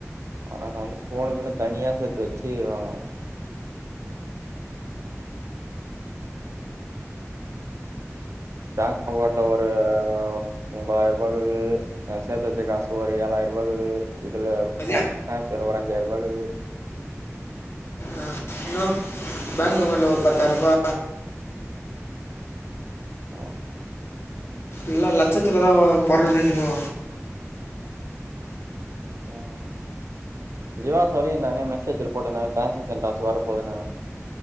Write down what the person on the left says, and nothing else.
அது
ஆ இன்னு பேங்க் அக்கவுண்ட்ல ஒரு பத்தாய்ருபா
இல்லா லட்சத்துலதா ஓ பொருள்றீங்ளோ